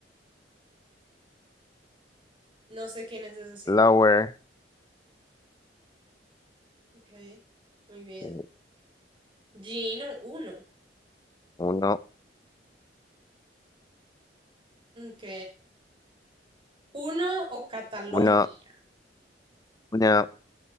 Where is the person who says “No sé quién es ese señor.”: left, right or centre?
Right